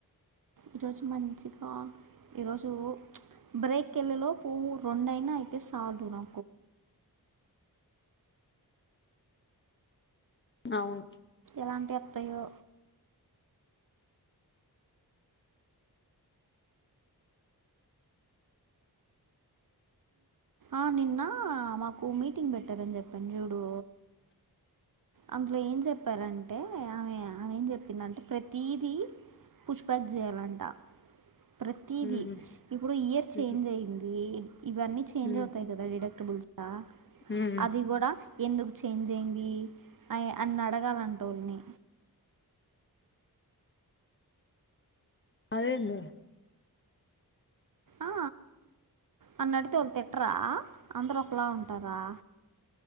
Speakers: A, on the right; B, on the left.
A: ఈరోజు మంచిగా ఈరోజు ప్చ్ బ్రేకెళ్ళిలో పువ్వు రెండైనా అయితే సాదునా
B: అవును
A: ఏలాంటి వత్తయో ఆ నిన్న మా మాకు మిట్ మిటింగ్ పెటర్ చెప్పను జూడు అందులో ఏం చెప్పారంటే ఆవేం చెప్పిందంటే ప్రతీదీ పుష్పచ్చ చేయాలంట ప్రతిది
B: ఉమ్
A: ఇప్పుడు ఇయర్ చేంజ్
B: ఉమ్
A: అయింది. ఇవన్నీ చేంజ్
B: ఉమ్
A: అవుతాయి గదా <unintelligible> డా
B: ఉమ్
A: అది గూడ ఎందుకు చేంజ్ అయి్యంది అ అని అడగాలంటే వాళ్ళని
B: అదే ఎందు
A: ఆ అని నడితే వాళ్ళు తిట్టరా అందరు ఒకలా ఉంటారా